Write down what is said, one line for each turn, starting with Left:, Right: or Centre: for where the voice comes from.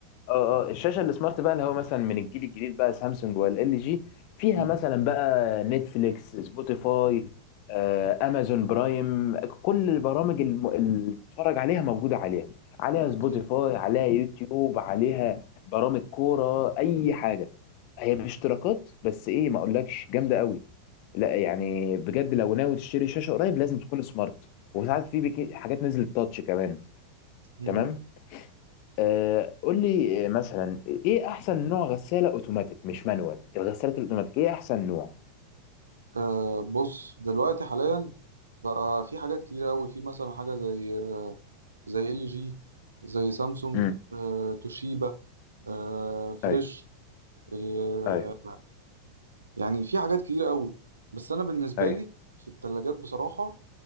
Left: اه اه الشاشه السمارت بقى اللي هو مثلا من الجيل الجديد بقى سامسونج ولا ال جي فيها
Right: مم.
Left: مثلا بقى نتفليكس سبوتيفاي آه امازون برايم كل البرامج الم- اللي تتفرج عليها موجوده عليها عليها سبوتيفاي
Right: أكيد.
Left: عليها يوتيوب عليها برامج كوره اي حاجه هي باشتراكات بس ايه ما اقولكش جامده قوي لا يعني بجد لو ناوي تشتري شاشه قريب لازم تكون سمارت وساعات في بك- حاجات نزلت تاتش كمان
Right: مم.
Left: تمام آه قول لي آه، مثلا ايه احسن نوع غساله اوتوماتيك مش مانوال الغسالات الاوتوماتيك ايه احسن نوع
Right: آه بص دلوقتي حاليا بقى في حاجات كتير قوي في مثلا حاجه زي آه زي ال جي زي سامسونج
Left: امم
Right: آه توشيبا آه فريش
Left: ايوه
Right: آه
Left: ايوه
Right: يعني في حاجات كتير قوي بس انا بالنسبه
Left: ايوه
Right: لي في الثلاجات بصراحه